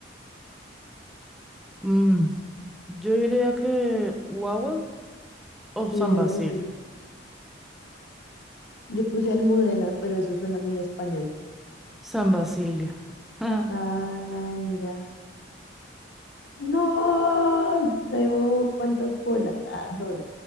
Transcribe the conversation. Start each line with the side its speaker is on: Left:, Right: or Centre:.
Centre: Mm, yo diría que Wawel o San
Left: Sí, debe
Centre: Basilio.
Left: ser esa. Yo puse Almudena, pero eso suena muy español.
Centre: San Basilio. <laughs>
Left: Ay, mira. No, yo debo cuántas polas. Ah, dos.